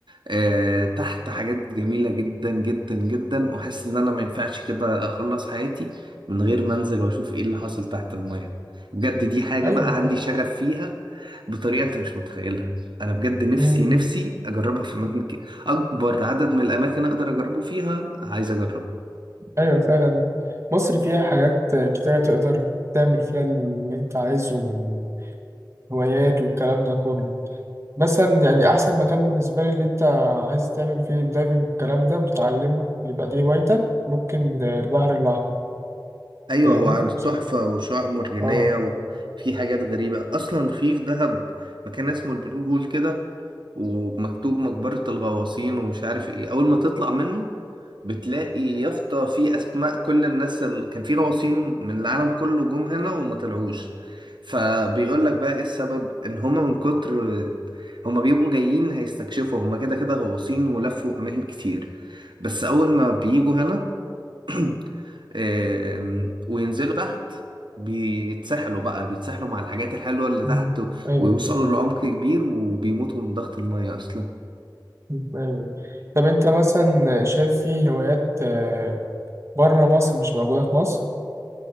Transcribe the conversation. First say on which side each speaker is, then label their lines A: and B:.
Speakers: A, on the right (about 85°); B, on the right (about 35°).
A: آه تحت حاجات جميلة جدا جدا جدا واحس ان انا ما ينفعش كده اخلص حياتي من غير ما انزل واشوف ايه اللي حاصل تحت المية بجد دي حاجة
B: أيوه
A: بقى عندي
B: صح
A: شغف فيها بطريقة انت مش متخيلها انا بجد نفسي
B: مم.
A: نفسي اجربها في اماكن كتير. اكبر عدد من الاماكن اقدر اجربه فيها عايز اجربه
B: أيوه فعلا مصر فيها حاجات كتيرة تقدر تعمل فيها اللي أنت عايزه من هوايات والكلام ده كله مثلا يعني أحسن مكان بالنسبة لي اللي أنت عايز تعمل فيه الدايفنج والكلام ده وتتعلمه يبقى دي هوايتك ممكن آه، البحر الأحمر
A: ايوه
B: فاهمني؟
A: هو عنده تحفه
B: مثلا
A: وشعاب مرجانيه
B: آه
A: وفي حاجات غريبه اصلا في في دهب مكان اسمه البلو هول كده ومكتوب مقبره الغواصين ومش عارف ايه اول ما تطلع منه بتلاقي يافطه في اسماء كل الناس اللي كان في غواصين من العالم كله جم هنا وما طلعوش فبيقول لك بقى ايه السبب ان هما من كتر هما بيبقوا جايين هيستكشفوا هما كده كده غواصين ولفوا اماكن كتير بس اول ما بيجوا هنا <clears throat> آم، وينزلوا تحت بيتسحلوا بقى بيتسحلوا مع الحاجات الحلوة اللي
B: مم.
A: تحت
B: ايوه
A: ويوصلوا
B: ايوه
A: لعمق كبير وبيموتوا من ضغط المية أصلا
B: مم. ايوه طب انت مثلا شايف في هوايات آه، بره مصر مش موجوده في مصر